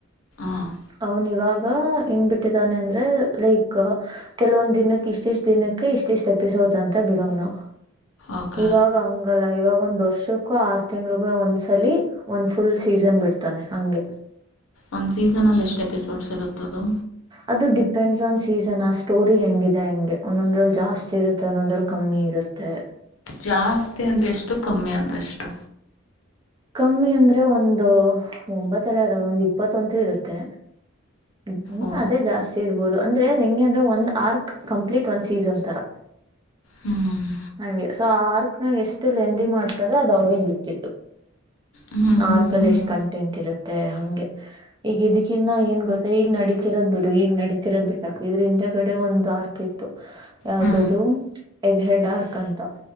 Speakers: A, on the left; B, on the right.
A: ಹಾಂ
B: ಅವನ್ ಇವಾಗ ಹೆಂಗ ಬಿಟ್ಟಿದಾನೆ ಅಂದ್ರೆ ಲೖಕ್ ಕು ಕೆಲವೊಂದ್ ದಿನಕ್ಕೆ ಇಷ್ಟ್ ಇಷ್ಟ್ ದಿನಕ್ಕೆ ಇಷ್ಟ್ ಇಷ್ಟ್ ಎಪಿಸೋಡಂತ ಬಿಡೋನು.
A: ಓಕೆ
B: ಇವಾಗ ಹಂಗಲ್ಲ ಇವಾಗ ಒಂದ್ ವರ್ಷ ಕೋ ಆರ್ ತಿಂಗಳಗ ಒಂದ್ಸಲಿ ಒಂದ್ ಫುಲ್ ಸೀಸನ್ ಬಿಡ್ತಾನೆ ಹಂಗೆ.
A: ಒಂದು ಸೀಸನಲ್ಲಿ ಎಷ್ಟು ಎಪಿಸೋಡ್ಸ್ ಇರುತ್ತದು?
B: ಅದು ಡಿಪೆಂಡ್ಸ್ ಆನ್ ಸೀಸನ್ ಆ ಸ್ಟೋರಿ ಹೆಂಗಿದೆ ಹಂಗೆ ಒಂದೊಂದ್ರಲ್ಲಿ ಜಾಸ್ತಿ ಇರುತ್ತೆ ಒಂದೊಂದ್ರಲ್ಲಿ ಕಮ್ಮಿ ಇರುತ್ತೆ.
A: ಜಾಸ್ತಿ ಅಂದರೆಷ್ಟು ಕಮ್ಮಿ ಅಂದರೆಷ್ಟು?
B: ಕಮ್ಮಿ ಅಂದ್ರೆ ಒಂದು ಒಂಬತ್ತಲ್ಲ ಅದು ಒಂದ್ ಇಪ್ಪತ್ತಂತೂ ಇರುತ್ತೆ. ಹ್ಮ್
A: ಓ
B: ಅದೇ ಜಾಸ್ತಿ ಇರ್ಬೋದು. ಅಂದ್ರೆ ಅದೆಂಗೆ ಅಂದ್ರೆ ಒಂದ್ ಆರ್ಕ್ ಕಂಪ್ಲೀಟ್ ಒಂದ್ ಸೀಸನ್ ತರ.
A: ಹ್ಞೂ
B: ಹಂಗೆ ಸೊ ಆರ್ ಕು ಎಷ್ಟು ಲೆಂದಿ ಮಾಡ್ತಾರೊ ಅದವ್ರಿಗೆ ಬಿಟ್ಟಿದ್ದು.
A: ಹ್ಞೂ
B: ಮಾರ್ಕಲ್ಲಿ
A: ಹ್ಞೂ ಹ್ಞೂ
B: ಎಷ್ಟು ಕಂಟೆಂಟಿರುತ್ತೆ ಹಂಗೆ. ಈಗ ಇದಕ್ಕಿನ್ನ ಏನ್ ಗೊತ್ತಾ ಈಗ ನಡೀತಿರೋದ್ ಬಿಡು ಈಗ್ ನಡೀತಿ ತ್ತಿರದ್ ಬಿಟ್ಟಾಕ್ ಇದ್ರಿಂದಗಡೆ ಕಡೆ ಒಂದು ಆರ್ಕ್ ಇತ್ತು. ಯಾವ್ದದು
A: ಹ್ಞೂ
B: ಹೆಡ್ ಹೆಡಾರ್ಕ್. ಕ್ಕಂತ